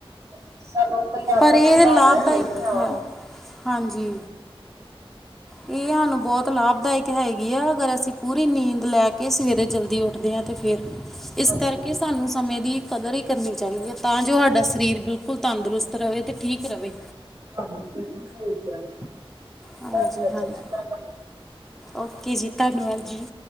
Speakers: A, on the right (about 30°); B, in the centre.
A: ਹਾਂਜੀ ਸਾਨੂੰ ਕਈਂ ਆਦਤਾਂ
B: ਪਰ ਇਹ
A: ਸੁਧਾਰਨੀਆਂ
B: ਲਾਭਦਾਇਕ
A: ਚਾਹੀਦੀਆਂ ਵਾ।
B: ਹੈ ਹਾਂਜੀ ਇਹ ਸਾਨੂੰ ਬਹੁਤ ਲਾਭਦਾਇਕ ਹੈਗੀ ਆ ਅਗਰ ਅਸੀਂ ਪੂਰੀ ਨੀਂਦ ਲੈ ਕੇ ਸਵੇਰੇ ਜਲਦੀ ਉੱਠਦੇ ਆ ਤੇ ਫਿਰ ਇਸ
A: ਹਾਂਜੀ
B: ਕਰਕੇ ਸਾਨੂੰ ਸਮੇਂ ਦੀ ਕਦਰ ਵੀ ਕਰਨੀ ਚਾਹੀਦੀ ਹੈ ਤਾਂ ਜੋ ਸਾਡਾ ਸ਼ਰੀਰ ਬਿਲਕੁਲ ਤੰਦਰੁਸਤ ਰਹੇ ਤੇ ਠੀਕ ਰਹੇ
A: ਹਾਂਜੀ ਬਿਲਕੁਲ ਸਹੀ ਧੰਨਵਾਦ
B: ਹਾਂਜੀ ਹਾਂਜੀ
A: ਜੀ ਧੰਨਵਾਦ
B: ਓਕੇ ਜੀ ਧੰਨਵਾਦ ਜੀ